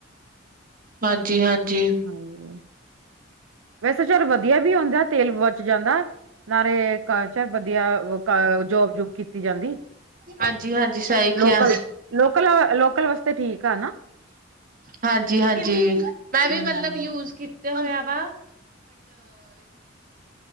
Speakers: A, on the right; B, on the right.
A: ਹਾਂਜੀ- ਹਾਂਜੀ
B: ਹਾਂਜੀ, ਵੈਸੇ ਚੱਲ ਵਧੀਆ ਵੀ ਹੁੰਦਾ, ਤੇਲ ਬੱਚ ਜਾਂਦਾ। ਨਾਲੇ ਕਾ ਚਾ ਵਧੀਆ ਕ ਜੋਬ ਕੀਤੀ ਜਾਂਦੀ,
A: ਹਾਂਜੀ ਹਾਂਜੀ ਸਹੀ
B: ਲੋਕਲ-
A: ਕਿਹਾ
B: ਲੋਕਲ- ਲੋਕਲ ਵਾਸਤੇ ਠੀਕ। ਆ ਨਾ
A: ਹਾਂਜੀ -ਹਾਂਜੀ, ਮੈਂ ਵੀ
B: ਹਮ
A: ਮਤਲਬ ਯੂਜ ਤੇ ਹੋਆ ਵਾ